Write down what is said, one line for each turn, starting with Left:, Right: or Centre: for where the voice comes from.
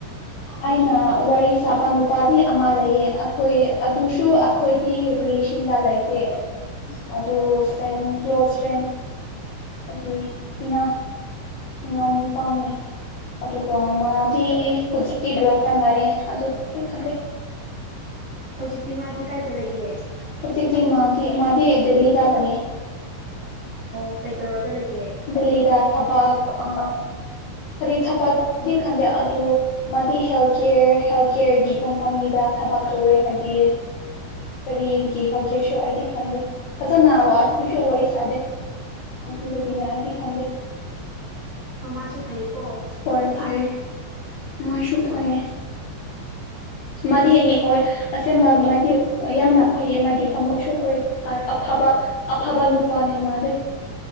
Left: ꯑꯩꯅ
Right: ꯎꯝ
Left: ꯋꯥꯔꯤ ꯁꯥꯕ ꯅꯨꯄꯥꯗꯤ ꯑꯃ ꯂꯩꯌꯦ ꯑꯩꯈꯣꯏ ꯑꯗꯨꯁꯨ
Right: ꯎꯝ
Left: ꯑꯩꯈꯣꯏꯗꯤ ꯔꯤꯂꯦꯁꯟꯗ ꯂꯩꯇꯦ
Right: ꯍꯣꯏꯕ
Left: ꯑꯗꯨ ꯐ꯭ꯔꯦꯟ ꯀ꯭ꯂꯣꯁ ꯐ꯭ꯔꯦꯟ ꯍꯥꯏꯗꯒꯤ ꯏꯅ ꯏꯅꯥꯎ ꯅꯨꯄꯥꯅꯦ ꯑꯗꯨꯒ ꯃꯥꯗꯤ ꯍꯧꯖꯤꯛꯇꯤ ꯗ꯭ꯔꯣꯥꯟ ꯂꯥꯛꯑꯦ ꯑꯗꯨ ꯀ ꯈꯟꯗꯦ
Right: ꯍꯧꯖꯤꯛꯇꯤ ꯃꯥꯗꯤ ꯀꯥꯏꯗ ꯂꯩꯒꯦ
Left: ꯍꯧꯖꯤꯗꯤ ꯃꯥꯗꯤ ꯃꯥꯗꯤ ꯗꯦꯜꯂꯤꯗꯂꯌꯦ
Right: ꯑꯣ ꯀꯩ ꯇꯧꯔꯒ ꯂꯩꯒꯦ
Left: ꯗꯦꯜꯂꯤꯗ ꯊꯕꯛ ꯑ ꯀꯔꯤ ꯊꯕꯛꯗꯤ ꯈꯟꯗꯦ ꯑꯗꯨ ꯃꯥꯗꯤ ꯍꯦꯜ ꯀꯦꯌꯔ ꯍꯦꯜ ꯀꯦꯌꯔꯒꯤ ꯀꯝꯄꯅꯤꯗ ꯊꯕꯛ ꯇꯧꯋꯦ ꯍꯥꯏꯕꯤꯌꯦ ꯀꯔꯤꯒꯤ ꯍꯜꯒꯦꯁꯨ ꯍꯥꯏꯗꯤ ꯈꯟꯗꯦ ꯐꯖꯅ ꯋꯥ ꯑꯩꯈꯣꯏꯁꯨ ꯋꯥꯔꯤ ꯁꯥꯗꯦ ꯑꯗꯨꯗꯒꯤꯅꯦ ꯑꯩꯗꯤ ꯈꯟꯗꯦ
Right: ꯑ ꯃꯥꯁꯨ ꯐꯥꯏꯀꯣ
Left: ꯍꯣꯏ ꯐꯩꯌꯦ ꯃꫭꯏꯁꯨ ꯐꯩꯌꯦ ꯃꯗꯤ ꯍꯣꯏ ꯑꯁꯦꯡꯕ ꯃꯥꯒꯤ ꯌꯥꯝꯅ ꯐꯩꯌꯦ ꯃꯥꯒꯤ ꯊꯃꯣꯏꯁꯨ ꯍ ꯑꯐꯕ ꯑꯐꯥꯕ ꯅꯨꯄꯥꯅꯦ ꯃꯥꯗꯏ